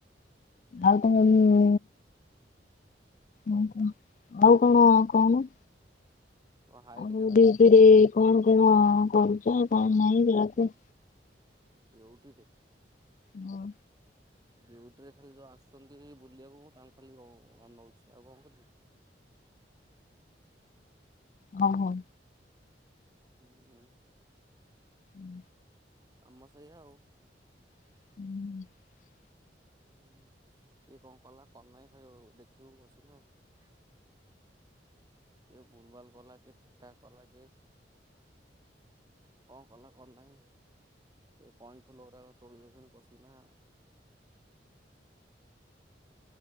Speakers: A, on the left (about 45°); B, on the right (about 20°).
A: ଆଉ ତମେ ଇଏ ଆଉ କଣ, ଆଉ କଣ କହୁନ?
B: ତମ ହାଇଟ
A: ଆଉ
B: କେତେ
A: ଡ୍ୟୁଟିରେ
B: କହିଲ?
A: କଣ କଣ କରୁଛ କଣ ନାଇଁ ସେରା କୁହ।
B: ଡ୍ୟୁଟିରେ?
A: ହଁ।
B: ଡ୍ୟୁଟିରେ ଖାଲି ଯେଉଁ ଆସୁଛନ୍ତି ବୁଲିବାକୁ ମୁଁ ତାଙ୍କୁ ଖାଲି ଅନଉଛି ଆଉ କଣ କରିବି?
A: ହଁ ହଉ।
B: ହୁଁ।
A: ହୁଁ।
B: କାମ ସେୟ ଆଉ।
A: ହୁଁ।
B: ହୁଁ ଇଏ କଣ କଲା କରୁନି ଦେଖିବୁ ବସିକି ଆଉ। କେ ଭୁଲ ଭଲ କଲା କେ ଠିକଠାକ କଲା କେ କଣ କଲା କଣ ନାହିଁ ସେ କଇଁ ଫୁଲ ଗୁଡ଼ାକ ତୋଳି ଦେଉଛନ୍ତି ବସ ପଥିଲା